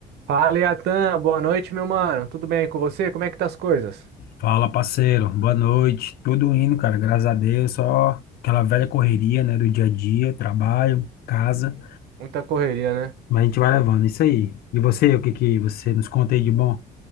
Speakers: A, on the right; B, on the left.
A: Fala, Yatan. Boa noite, meu mano. Tudo bem com você? Como é que tá as coisas?
B: Fala, parceiro. Boa noite. Tudo indo, cara. Graças a Deus. Só aquela velha correria, né? Do dia a dia, trabalho, casa.
A: Muita correria, né?
B: Mas a gente vai levando. Isso aí. E você, o que que você nos conta aí de bom?